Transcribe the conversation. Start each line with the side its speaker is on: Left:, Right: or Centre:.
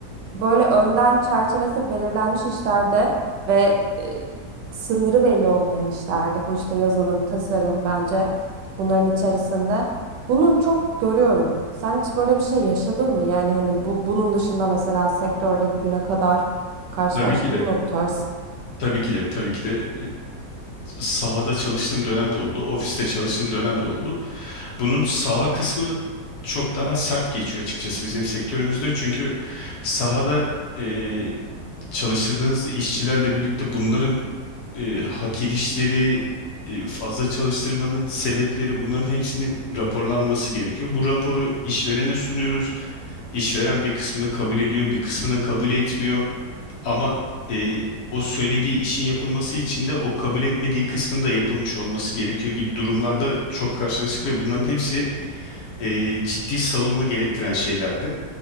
Right: böyle önden çerçevesi belirlenmiş işlerde ve e, sınırı belli olmayan işlerde bu işte yazılım, tasarım bence bunların içerisinde bunu çok görüyorum. Sen hiç böyle bir şey yaşadın mı? Yani hani bu bunun dışında mesela sektörde bugüne kadar karşılaştın
Left: Tabii ki de.
Right: mı bu tarz?
Left: Tabii ki de, tabii ki de e, sahada çalıştığım dönem de oldu, ofiste çalıştığım dönem de oldu. Bunun saha kısmı çok daha sert geçiyor açıkçası bizim sektörümüzde. Çünkü sahada e, çalıştırdığınız işçilerle birlikte bunların e, hak edişleri e, fazla çalıştırmanın sebepleri bunların hepsinin raporlanması gerekiyor. Bu raporu işverene sunuyoruz. İşveren bir kısmını kabul ediyor, bir kısmını kabul etmiyor. Ama e, o söylediği işin yapılması için de o kabul etmediği kısmın da yapılmış olması gerekiyor gibi durumlarla çok karşılaştık ve bunların hepsi e, ciddi savunma gerektiren şeylerdi.